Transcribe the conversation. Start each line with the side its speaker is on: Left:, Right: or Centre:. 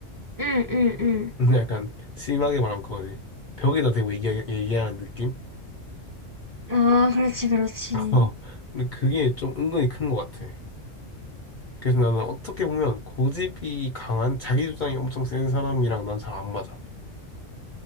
Right: 응, 응, 응.
Left: 근데 약간 심하게 말하면 그거지. 벽에다 대고 얘기, 얘기하는 느낌?
Right: 아, 그렇지, 그렇지.
Left: <laughs> 어. 근데 그게 좀 은근히 큰 것 같아. 그래서 나는 어떻게 보면 고집이 강한 자기 주장이 엄청 센 사람이랑 난 잘 안 맞아.